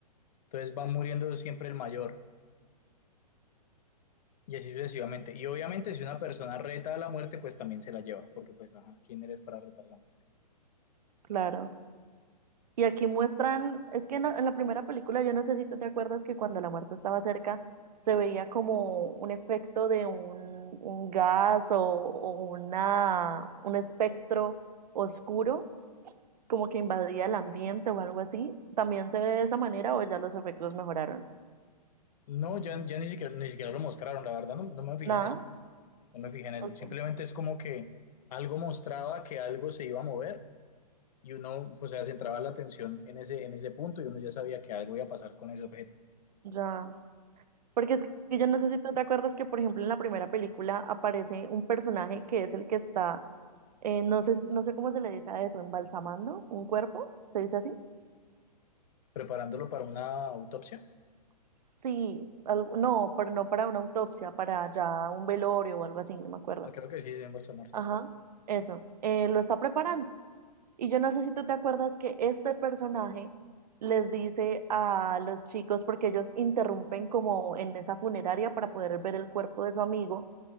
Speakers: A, on the left (about 65°); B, on the right (about 75°).
A: Entonces va muriendo siempre el mayor. Y así sucesivamente. Y obviamente si una persona reta a la muerte, pues también se la lleva. Porque pues, ajá, ¿quién eres para retar a la muerte?
B: claro. Y aquí muestran, es que en la, en la primera película, yo no sé si tú te acuerdas que cuando la muerte estaba cerca, se veía como un efecto de un, un gas o, o una, un espectro oscuro, como que invadía el ambiente o algo así. ¿También se ve de esa manera o ya los efectos mejoraron?
A: No, ya, ya ni siquiera, ni siquiera lo mostraron, la verdad, no, no me fijé
B: Nada,
A: en eso. no me fijé en eso.
B: ok,
A: Simplemente es como que algo mostraba que algo se iba a mover y uno, pues, se centraba la atención en ese, en ese punto y uno ya sabía que algo iba a pasar con ese objeto.
B: ya. Porque es que yo no sé si tú te acuerdas que, por ejemplo, en la primera película aparece un personaje que es el que está, eh, no sé, no sé cómo se le dice a eso, embalsamando un cuerpo, ¿se dice así?
A: Preparándolo para una autopsia.
B: Sí, al- no, pero no para una autopsia, para ya un velorio o algo así, no me acuerdo.
A: Ah, creo que sí, es en Balsamar, sí.
B: Ajá, eso, eh, lo está preparando. Y yo no sé si tú te acuerdas que este personaje les dice a los chicos, porque ellos interrumpen como en esa funeraria para poder ver el cuerpo de su amigo